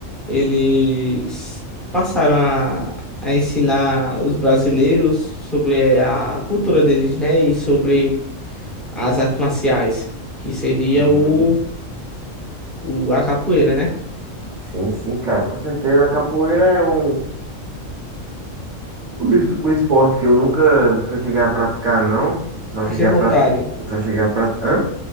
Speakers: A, in the centre; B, on the right.
A: eles passaram a, a ensinar os brasileiros sobre a cultura deles, né? E sobre as artes marciais, que seria
B: sim.
A: o, o a capoeira, né?
B: Sim, sim, cara, com certeza. A capoeira é um. O, es- o esporte que eu nunca, nunca cheguei a praticar, não. Só
A: Mas
B: cheguei
A: tem
B: a
A: vontade.
B: praticar. Só cheguei a praticar. Hã?